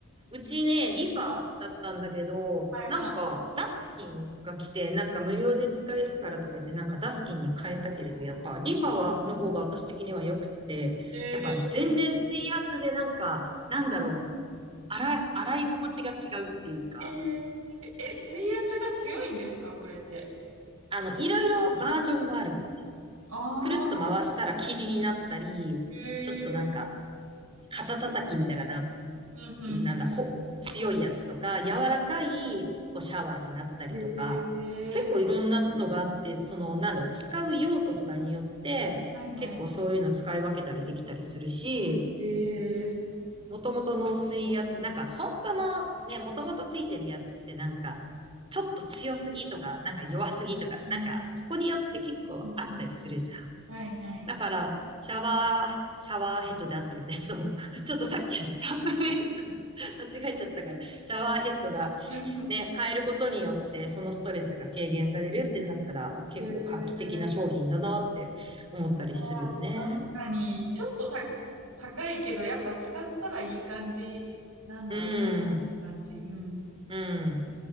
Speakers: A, on the right (about 25°); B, on the right (about 75°).
A: うちね、リファだったんだけど、
B: はいは
A: なんか、ダスキンが来て、なんか無料で使えるからとか言って、なんかダスキンに変えたけれど、やっぱリファは、の方が私的には良くって、
B: い。え
A: やっぱ全然水圧でなんか、なんだろう、洗い、洗い心地が違うっていうか、
B: ー、えー、え、水圧が強いんですか、これって。
A: あの、いろいろバージョンがある感じ。
B: ああ、
A: くるっと回したら霧になったり、
B: えー、
A: ちょっとなんか、肩叩きみたいな、
B: うん、うん、
A: なんだ、ほ、強いやつとか、柔らかい、こう、シャワーになったりとか、
B: うんえー、
A: 結構いろんなのがあって、その、なんだ、使う用途とかによって、
B: はいは
A: 結構そういうの使い分けたりできたりするし、
B: い。えー、
A: 元々の水圧、
B: そ
A: なんか本当のね、元々ついてるやつってなんか、ちょっと強すぎとか、なんか弱すぎとか、
B: ううん、
A: なんかそこによって結構あったりするじゃん。
B: うん、うんはいはい。
A: だから、シャワー、シャワーヘッドで合ってるよね。<laughs> そう。<laughs> ちょっとさっき、<laughs> シャンプーヘッド <laughs> 間違えちゃったから、シャワーヘッドが
B: うん、うん
A: ね、変えることによって、そのストレスが軽減されるってなったら、結構画期的な商品だなって思ったりするよね。
B: <laughs> えあー確かに、ちょっとた、高いけど、やっぱ使ったらいい感じなんだろう
A: うん、
B: な、感じ。うん、です
A: うん。